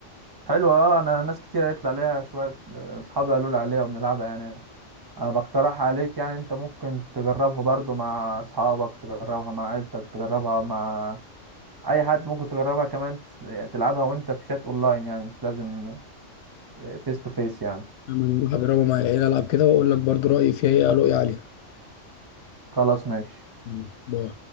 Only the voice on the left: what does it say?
أنا هروح أجربها مع العيلة ألعب كده وأقول لك برضو رأيي فيها إيه رؤية عليها
مم. باي.